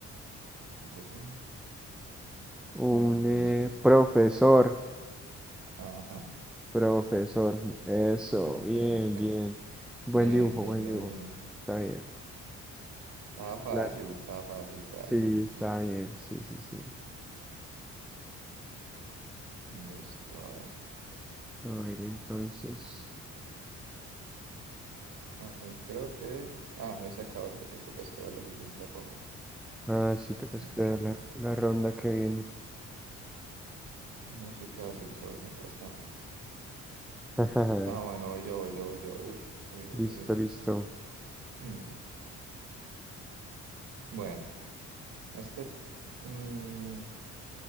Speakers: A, on the right; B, in the centre.
A: Eso es un...
B: un
A: Entonces,
B: eh, profesor,
A: ajá.
B: profesor. Eso,
A: <laughs>
B: bien, bien. Buen
A: Bien,
B: dibujo,
A: bien,
B: buen
A: bien,
B: dibujo.
A: bien.
B: Está bien.
A: Estaba fácil,
B: La-
A: estaba fácil realmente.
B: Sí, está bien, sí, sí, sí.
A: Listo, a ver.
B: A ver, entonces.
A: Ahí creo que... Ah, no, y se acabó, entonces toca esperar la siguiente ronda.
B: Ah, sí, toca
A: Ah,
B: esperar
A: ah,
B: la,
A: ah.
B: la ronda que viene.
A: Música de ascensor mientras tanto.
B: <laughs>
A: Ah, bueno, voy yo, voy yo, voy yo. Uy, uy, uy,
B: Listo,
A: uy. uy.
B: listo.
A: Mm, Bueno, este mm,